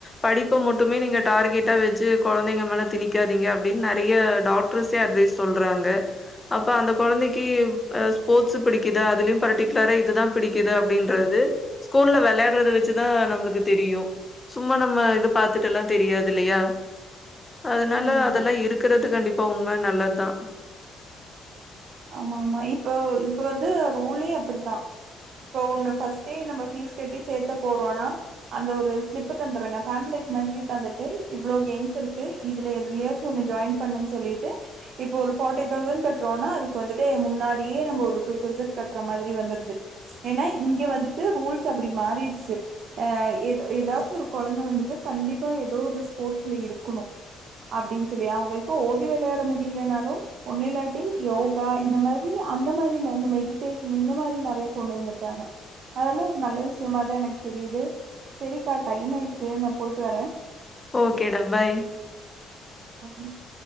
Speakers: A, on the left; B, on the right.
A: படிப்ப மட்டுமே நீங்க டார்கெட்டா வெச்சு கொழந்தைங்க மேல திணிக்காதீங்க அப்டின் நறீய டாக் டர்ஸே அட்வயிஸ் சொல்றாங்க அப்ப அந்த கொழந்தைக்கி அ ஸ்போர்ட்ஸு பிடிக்குதா அதுல்யு பருட்டிக்ல்ரா இதுதா பிடிக்குது அப்டின்றது ஸ்கூல்ல வெள்யாட்றத வெச்சுதா நம்ளுக்கு தெரியு சும்மா நம்ம இது பாத்துட் எல்லா தெரியாது இல்லயா அதுனால
B: ஆமா
A: அதல்லா
B: ஆமா
A: இருக்குறது கண்டிப்பா உண்ம நல்லத்தா
B: ஆமா ஆமா இப்போ இப்ப வந்து ரூலே அப்புடுத்தா போ ஒன்னு ஃபர்ஸ்ட்டே நம்ம ஃபீஸ் கட்டி சேத்த போறோனா அந்த ஒரு ஸ்லிப் தந்துறாங்க பேம்ப்புளேட் மாதுரி தந்துட்டு இவ்ளோ கேம்ஸ் இருக்கு இதுல எதுல்ய சு ஒன்னு ஜாயின் பண்ணு சொல்லிட்டு இப்ப ஒரு ஃபார்டி தௌசண்ட் கட்றோனா அதுக்கு வந்துட்டே முன்னாடியே நம்ப ஒரு டூதௌசண்ட் கட்ற மாதுரி வந்துற்து ஏனா இங்க வந்துட்டு ரூல்ஸ் அப்டி மாறிர்ச்சு அ எதோ எதாச்சு ஒரு கொழந்த வந்துட்டு கண்டிப்பா எதோ ஒரு ஸ்போட்ஸ்ல இருக்குணு அப்டின் சொல்லி அவுங்கள்க்கு ஓடி விளையாட முடியிலேனாலு ஒன்னு இல்லாட்டி எவ் கதா இந்த மரி அந்த மாரின இந்த மெடிட்டேஷன் இந்த மாரி நறய கொண்டு வந்துட்டாங்க அதல்லா ஒரு நல்ல விஷ்யம்மா தா எனக் தெரிய்து செரிக்கா டைம் ஆயிர்ச்சு நா பொயிட்டு வர
A: ஓகே டா பாய்
B: <unintelligible>